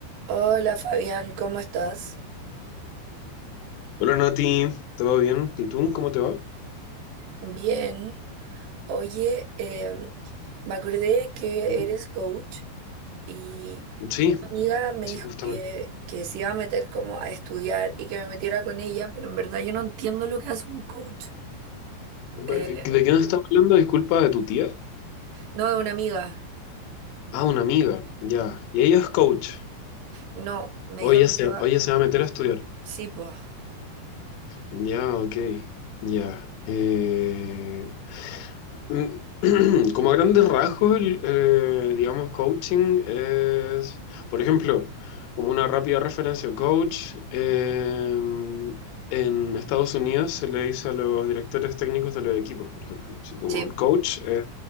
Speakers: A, on the right; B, on the left.
A: Hola Fabián, ¿cómo estás?
B: Hola Nati, ¿todo bien? ¿Y tú? ¿Cómo te va?
A: Bien. Oye, em, me acordé que
B: Ujú.
A: eres coach y,
B: Sí,
A: y una amiga me
B: sí,
A: dijo
B: justamente.
A: que, que se iba a meter como a estudiar y que me metiera con ella, pero en verdad yo no entiendo lo que hace un coach.
B: ¿De
A: Eh,
B: qué nos estás hablando? Disculpa, ¿de tu tía?
A: no, una amiga.
B: Ah, una amiga, ya. Y ella es coach.
A: No, me
B: Hoy
A: dijo
B: ella
A: que
B: se,
A: se
B: o
A: va.
B: ella se va a meter a estudiar.
A: Sí, pues.
B: Ya, ok, ya. Eh, Mm, <clears throat> Como a grandes rasgos, el, eh, digamos, coaching es, por ejemplo, como una rápida referencia, coach, eh, en Estados Unidos se le dice a los directores técnicos de los equipos, por ejemplo, así como
A: Sí,
B: el coach eh,